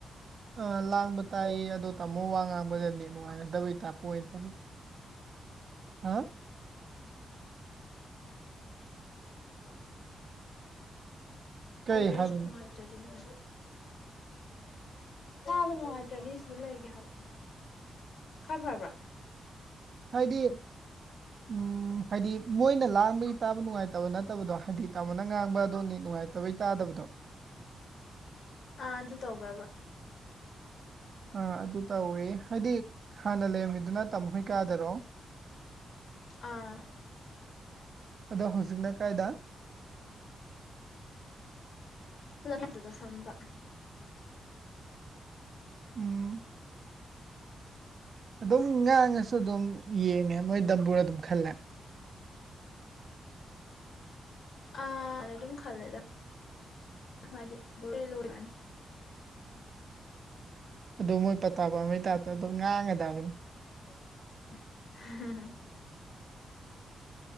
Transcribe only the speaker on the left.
<unintelligible>
ꯑꯗꯦꯅꯨꯡꯥꯏ
ꯅꯪ ꯇꯥꯕ ꯅꯨꯡꯉꯥꯏꯇ꯭ꯔꯗꯤ ꯁꯤꯗ ꯂꯩꯒꯦ ꯍꯥꯏꯕ ꯈꯔ ꯐꯕ꯭ꯔꯥ
ꯑꯥ ꯑꯗꯨ ꯇꯧꯕ꯭ꯔꯕ
ꯑꯥ
ꯑꯗꯨꯅ ꯑꯗꯨꯗ ꯆꯝꯕ
ꯑꯅ ꯑꯗꯨꯝ ꯈꯜꯂꯦꯗ ꯃꯥꯗꯤ ꯕꯨꯂꯦ ꯂꫭꯔꯅꯤ
<inaudible>